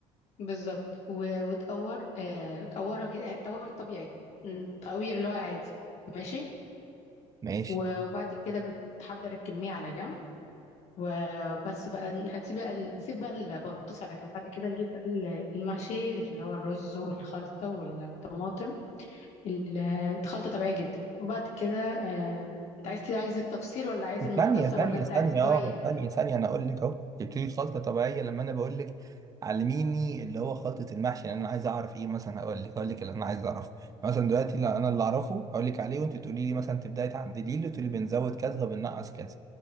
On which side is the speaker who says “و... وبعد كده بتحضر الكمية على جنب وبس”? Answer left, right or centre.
Left